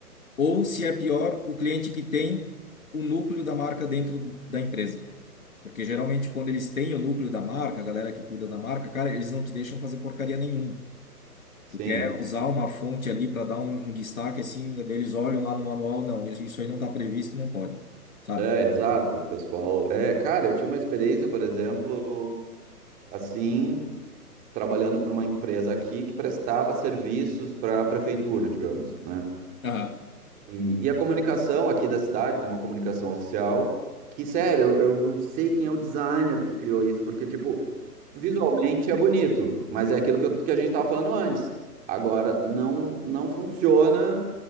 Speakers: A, on the left (about 60°); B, on the right (about 15°).
A: Ou se é pior, o cliente que tem o núcleo da marca dentro da empresa. Porque geralmente quando eles têm o núcleo da marca, a galera que cuida da marca, cara, eles não te deixam fazer porcaria nenhuma.
B: sim.
A: Tu quer usar uma fonte ali para dar um, um destaque assim, eles olham lá no manual, não, isso isso aí não está previsto, não pode, sabe?
B: É, exato, pessoal. É, cara, eu tive uma experiência, por exemplo, assim, trabalhando para uma empresa aqui que prestava serviços para a prefeitura, digamos, né?
A: Aham.
B: E, e a comunicação aqui da cidade tem uma comunicação oficial que, sério, eu, eu não sei quem é o designer que criou isso, porque, tipo, visualmente é bonito, mas é aquilo que, eu- que a gente estava falando antes. Agora, não, não funciona